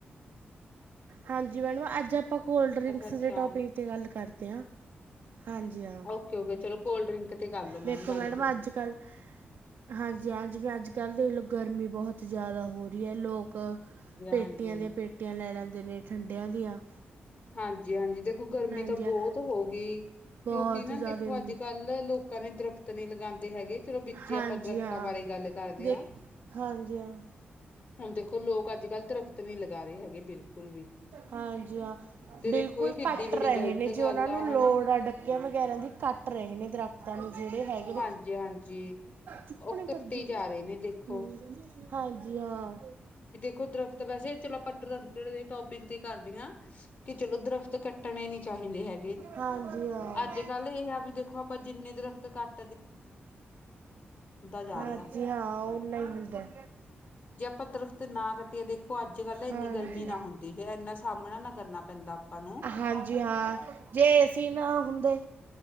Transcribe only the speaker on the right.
ਹਾਂਜੀ ਮੈਡਮ ਅੱਜ ਆਪਾਂ ਕੋਲਡ ਡਰਿੰਕਸ
ਦੇ ਟੋਪਿੰਕ 'ਤੇ ਗੱਲ ਕਰਦੇ ਹਾਂ। ਹਾਂਜੀ, ਹਾਂ।
ਦੇਖੋ
ਮੈਡਮ
ਅੱਜ-ਕੱਲ੍ਹ ਹਾਂਜੀ। ਹਾਂ ਜਿਵੇਂ ਅੱਜ- ਕੱਲ੍ਹ ਦੇਖ ਲਓ ਗਰਮੀ ਬਹੁਤ ਜ਼ਿਆਦਾ ਹੋ ਰਹੀ ਹੈ। ਲੋਕ
ਪੇਟੀਆਂ
ਦੀਆਂ ਪੇਟੀਆਂ ਲੈ ਲੈਂਦੇ ਨੇ, ਠੰਡਿਆਂ ਦੀਆਂ
ਹਾਂਜੀ
ਹਾਂ
ਬਹੁਤ
ਜ਼ਿਆਦਾ
ਹੋ
ਗਈ
ਹਾਂਜੀ
ਹਾਂ
ਦੇਖ
ਹਾਂਜੀ ਹਾਂ
ਹਾਂਜੀ, ਹਾਂ।
ਬਿਲਕੁਲ
ਘੱਟ
ਰਹੇ
ਨੇ, ਜੇ
ਉਹਨਾਂ ਨੂੰ
ਲੋੜ
ਅੱਡ ਵਗੈਰਾ ਦੀ ਕੱਟ ਰਹੇ ਨੇ, ਦਰੱਖ਼ਤਾਂ ਨੂੰ ਜਿਹੜੇ ਹੈਗੇ
ਚੁੱਪ
ਨ
ਕਰਦੀ
ਹਮ। ਹਾਂਜੀ ਹਾਂ।
ਹਾਂਜੀ ਹਾਂ
ਹਾਂਜੀ
ਹਾਂ ਉਹਨਾਂ ਨਹੀਂ ਹੁੰਦੇ।
ਹਾਂਜੀ
ਹਾਂਜੀ ਹਾਂ, ਜੇ ਏ ਸੀ ਨਾ ਹੁੰਦੇ‌